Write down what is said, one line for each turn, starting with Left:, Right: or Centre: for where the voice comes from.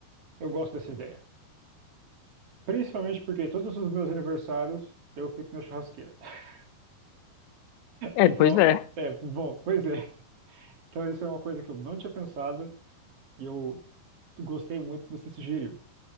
Right: Eu gosto dessa ideia. Principalmente porque todos os meus aniversários eu fico na churrasqueira. <laughs>
Left: É,
Right: Então,
Left: pois é.
Right: é, bom, pois é. Então isso é uma coisa que eu não tinha pensado e eu gostei muito que você sugeriu.